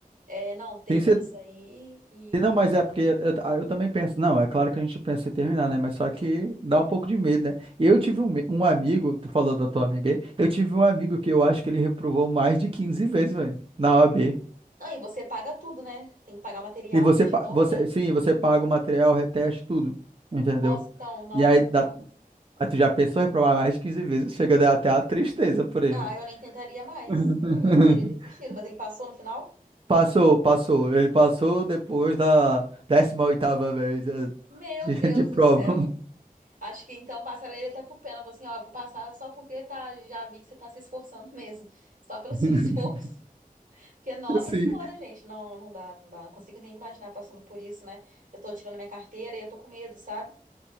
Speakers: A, on the right; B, on the right.
A: É, não, termina
B: Tem cer-
A: isso aí e...
B: Não, mas é porque eu, ah, eu também penso, não, é claro que a gente pensa em terminar, né? Mas só que dá um pouco de medo, né? Eu tive um, me- um amigo, tu falou da tua amiga aí, eu tive um amigo que eu acho que ele reprovou mais de 15 vezes, velho, na OAB.
A: Não, e você paga tudo, né? Tem que pagar o material
B: E você,
A: tudo de
B: pa-
A: novo,
B: você,
A: né?
B: sim, você paga o material, reteste, tudo, entendeu?
A: Nossa, então, nossa,
B: E aí dá,
A: não dá.
B: Mas tu já pensou em reprovar mais de 15 vezes? Chega a dar até uma tristeza por ele.
A: Ah, eu nem tentaria mais.
B: <laughs>
A: Eu, eu teria desistido, mas ele passou no final?
B: Passou, passou. Ele passou depois da décima oitava vez eh,
A: Meu
B: de,
A: Deus
B: de prova.
A: do céu. Acho que então passaram ele até por pena. Falou assim, ó, eu vou passar só porque tá, já vi que você tá se esforçando <laughs> mesmo. Só pelo
B: <laughs>
A: seu <laughs> esforço. Porque, nossa
B: Assim.
A: senhora, gente, não, não dá, não dá. Não consigo nem imaginar passando por isso, né? Eu tô tirando minha carteira e eu tô com medo, sabe?